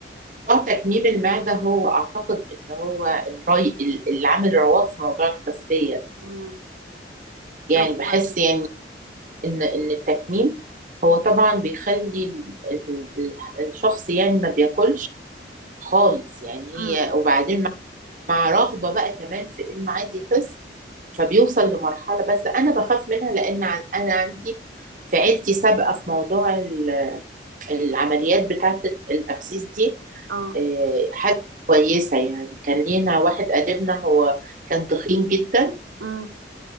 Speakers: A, on the right; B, on the right.
A: موضوع تكميم المعدة هو أعتقد اللي هو الري اللي عامل رواق في موضوع الخسية ده
B: مم.
A: يعني
B: طب
A: بحس
B: و...
A: يعني إن إن التكميم هو طبعا بيخلي ال- ال- ال- الشخص يعني ما بياكلش خالص يعني
B: مم.
A: هي وبعدين مع مع رغبة بقى كمان في إنه عايز يخس فبيوصل لمرحلة بس أنا بخاف منها لأن عن- أنا عندي في عيلتي سابقة في موضوع ال- العمليات بتاعة التخسيس دي
B: اه
A: آه، حاجة كويسة يعني كان لينا واحد قريبنا هو كان تخين جدا
B: مم.